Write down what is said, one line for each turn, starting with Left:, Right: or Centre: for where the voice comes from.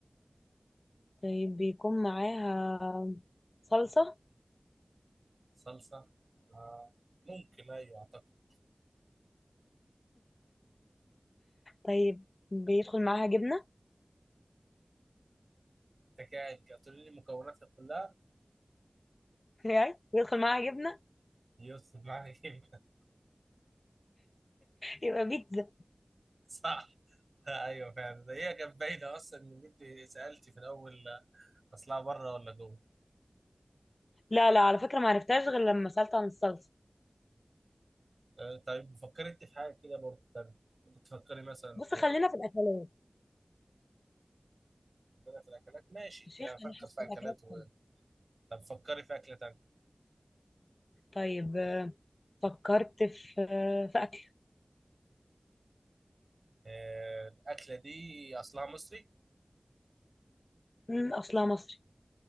Left: طيب بيكون معاها صلصة
Right: صلصة آه، ممكن ايوه اعتقد
Left: طيب بيدخل معاها جبنة
Right: انت قاعد هتقولي لي مكوناتها كلها
Left: <laughs> يعني بيدخل معاها جبنة
Right: يدخل معاك <laughs>
Left: يبقى بيتزا
Right: صح ايوه فعلا هي كانت باينه اصلا ان انت سالتي في الاول اصلها بره ولا جوه
Left: لا لا على فكرة ما عرفتهاش غير لما سألت عن الصلصة
Right: آه، طيب فكرت في حاجه كده برضه تانية كنت تفكري مثلا
Left: بص
Right: في
Left: خلينا في الأكلات
Right: عندنا في الاكلات ماشي
Left: يا شيخ
Right: نفكر
Left: أنا حاسة
Right: في
Left: الأكلات
Right: اكلات و...
Left: حلوة.
Right: طب فكري في اكله تانية
Left: طيب آه، فكرت في آه، في أكل
Right: آه، الاكله دي اصلها مصري
Left: مم، أصلها مصري